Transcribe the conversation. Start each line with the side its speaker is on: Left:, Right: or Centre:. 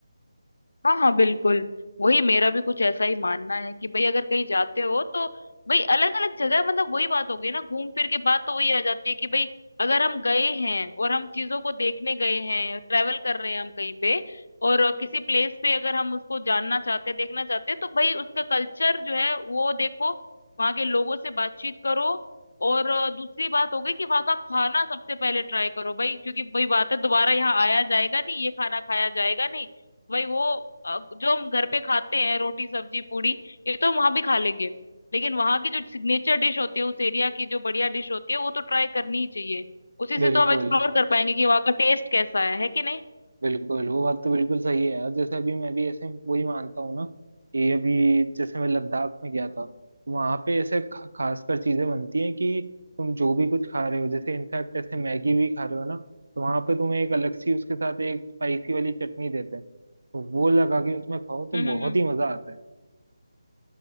Left: हाँ हाँ बिल्कुल वही मेरा भी कुछ ऐसा ही मानना है कि भाई अगर कहीं जाते हो तो भाई अलग अलग जगह मतलब वही बात हो गई ना घूम फिर के बात तो वही आ जाती है कि भाई अगर हम गए हैं और हम चीजों को देखने गए हैं ट्रेवल कर रहे हैं हम कहीं पे और किसी प्लेस पे अगर हम उसको जानना चाहते हैं देखना चाहते हैं तो भाई उसका कल्चर जो है वो देखो वहाँ के लोगों से बातचीत करो और दूसरी बात हो गई कि वहाँ का खाना सबसे पहले ट्राई करो भाई क्योंकि वही बात है दोबारा यहाँ आया जाएगा नहीं ये खाना खाया जाएगा नहीं वही वो अ, जो हम घर पे खाते हैं रोटी सब्जी पूड़ी ये तो हम वहां भी खा लेंगे लेकिन वहां की जो सिग्नेचर डिश होती है उस एरिया की जो बढ़िया डिश होती है वो तो ट्राई करनी ही चाहिए उसी
Right: बिल्कुल
Left: से तो हम एक्सप्लोर कर पाएंगे कि वहाँ का टेस्ट कैसा है है कि नहीं
Right: बिल्कुल वो बात तो बिल्कुल सही है यार जैसे अभी मैं भी ऐसे वही मानता हूँ ना कि अभी जैसे मैं लद्दाख में गया था वहां पे ऐसे खा, खासकर चीजें बनती हैं कि तुम जो भी कुछ खा रहे हो जैसे इनफैक्ट ऐसे मैगी भी खा रहे हो ना तो वहां पे तुम्हें एक अलग सी उसके साथ एक स्पाइसी वाली चटनी देते हैं तो वो लगा के उसमें खाओ तो
Left: हम्म
Right: बहुत
Left: हम्म हम्म।
Right: ही मजा आता है